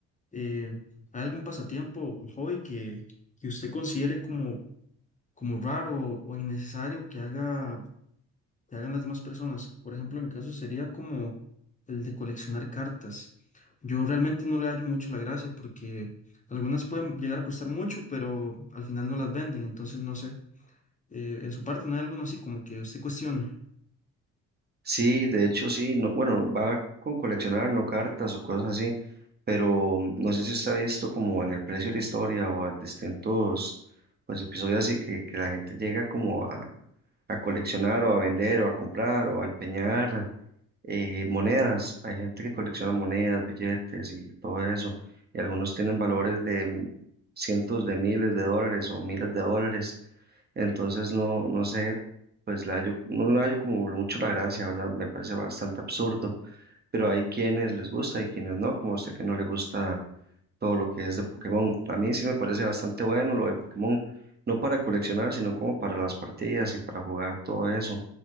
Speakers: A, on the left (about 25°); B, on the right (about 30°).
A: Eh, ¿hay algún pasatiempo o hobby que, que usted considere como, como raro o innecesario que haga, que hagan las demás personas? Por ejemplo, en mi caso sería como el de coleccionar cartas. Yo realmente no le hallo mucho la gracia porque algunas pueden llegar a costar mucho, pero al final no las venden, entonces no sé eh, en su parte, no hay alguno así como que usted cuestione.
B: Sí, de hecho sí, no, bueno, va con coleccionar, no cartas o cosas así, pero mm, no sé si usted ha visto como en el precio de la historia o a distintos pues episodios así que, que la gente llega como a, a coleccionar o a vender o a comprar o a empeñar eh, monedas. Hay gente que colecciona monedas, billetes y todo eso, y algunos tienen valores de mm, cientos de miles de dólares o miles de dólares. Entonces no, no sé, pues la hallo- no le hallo como mucho la gracia, ¿verdad? Me parece bastante absurdo, pero hay quienes les gusta y quienes no, como a usted que no le gusta todo lo que es de Pokémon. A mí sí me parece bastante bueno lo de Pokémon, no para coleccionar, sino como para las partidas y para jugar todo eso.